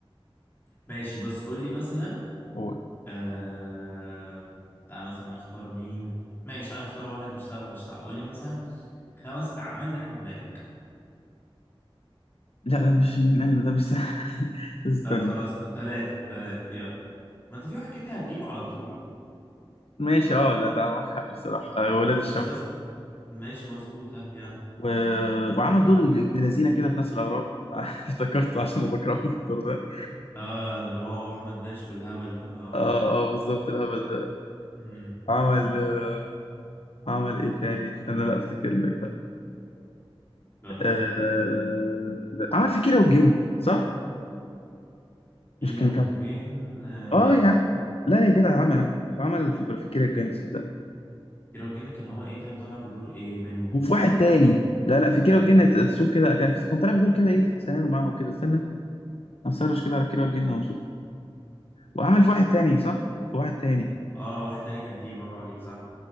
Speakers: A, on the left; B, on the left.
A: ماشي بس قول لي مثلا
B: أقول
A: آه... تعال مثلا نختار مين ماشي تعال نختار واحد مش سهل ومش صعب قول لي مثلا خمس اعمال لاحمد مالك
B: لا ده مش من أهل ده مش <laughs> استنى
A: طب خلاص ثلاثه ثلاثه يلا ما انت في واحد كده كده هتجيبه على طول
B: ماشي أه ده ده معاك حق بصراحة آه، ولاد
A: بالظبط
B: الشمس
A: ماشي مظبوط ها يلا
B: و... وعمل دور ابن لذينه كده في ناس الأغراب <laughs> افتكرته عشان أنا بكرهه في الدور ده
A: اه ده هو احمد داش والهبل ده اه
B: اه اه بالظبط الهبل ده
A: مم.
B: عمل آه، عمل ايه تاني استنى لا افتكر لك بقى
A: جرب
B: آه...
A: جرب
B: عمل في كيرة والجن صح
A: كيرة
B: مش كان
A: والجن
B: كان
A: آه
B: اه
A: لا
B: يا عم لا لا يا جدع عمل آه، عمل في في كيرة والجن صدق
A: كيرة والجن كان هو ايه طيب طالع بدور ايه منهم
B: وفي واحد تاني لا لا في كيرة والجن ت- تشوف كده كان كان طالع بدور كده ايه ثانوي معاهم كده استنى هسرش كده على كيرة والجن واشوف وعمل في واحد تاني صح في واحد تاني
A: اه واحد تاني كان فيه برافو عليك صح